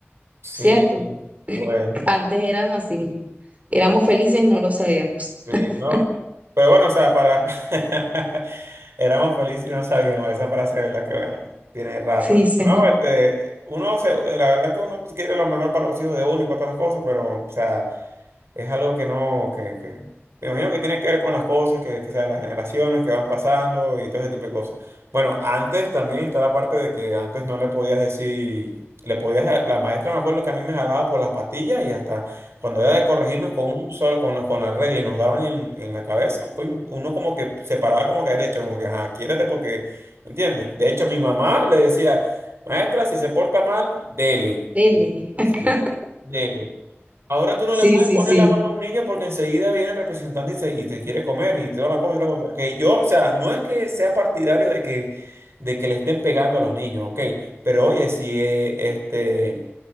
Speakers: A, on the right (about 75°); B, on the right (about 35°).
A: Sí,
B: ¿cierto? <clears throat>
A: bueno.
B: Antes eran así, éramos felices y no lo sabíamos.
A: Sí,
B: <laughs>
A: no. Pero bueno, o sea, para... <laughs> Éramos felices y no sabíamos esa frase, ¿verdad? Que bueno, tiene rato.
B: Sí,
A: Pero
B: sí.
A: no, este, uno se, la verdad que uno quiere lo mejor para los hijos de uno y para todas las cosas, pero, o sea es algo que no, que, que- me imagino que tiene que ver con las cosas, que, que sea, las generaciones que van pasando y todo ese tipo de cosas. Bueno, antes también está la parte de que antes no le podías decir, le podías, la maestra me acuerdo que a mí me jalaba por las patillas y hasta cuando era de corregirnos con un solo, con, la- con la regla y nos daban en, en la cabeza, coño, uno como que se paraba como que derecho, como que, ajá, quiérate porque, ¿me entiendes? De hecho, mi mamá le decía, maestra, si se porta mal, dele.
B: Dele.
A: Sí,
B: <laughs>
A: dele. Ahora tú no
B: Sí,
A: le puedes
B: sí,
A: poner
B: sí.
A: la mano a un niño porque enseguida viene el representante y, se- y te quiere comer y toda la cosa y la cosa. Que yo, o sea, no es que sea partidario de que, de que le estén pegando a los niños, ok. Pero oye, si eh, este,